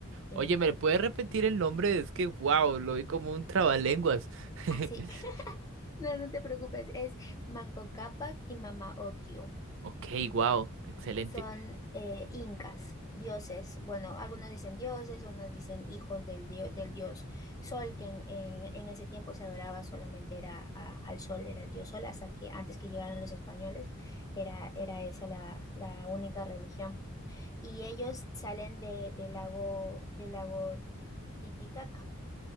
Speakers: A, on the left; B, on the right.
A: Em,
B: Oye, ¿me puedes repetir el nombre? Es que, wow, lo vi como un trabalenguas. <laughs>
A: así, <laughs> no, no te preocupes, es Manco Cápac y Mama Ocllo.
B: Ok, wow, excelente.
A: son eh, incas, dioses. Bueno, algunos dicen dioses, unos dicen hijos del, dio- del dios Sol, que en, en- en ese tiempo se adoraba solamente era a- al Sol, era el dios Sol, hasta que antes que llegaron los españoles era, era esa la, la única religión. Y ellos salen de, del lago, del lago Titi- Titicaca.